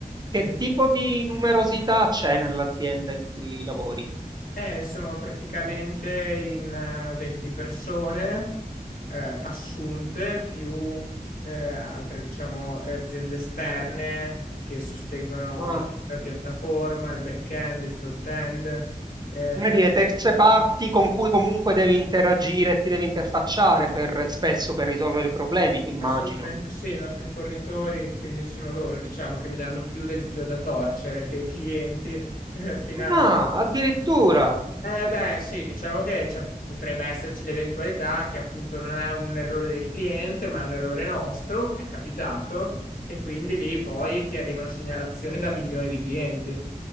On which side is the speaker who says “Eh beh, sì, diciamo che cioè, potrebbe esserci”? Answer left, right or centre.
Left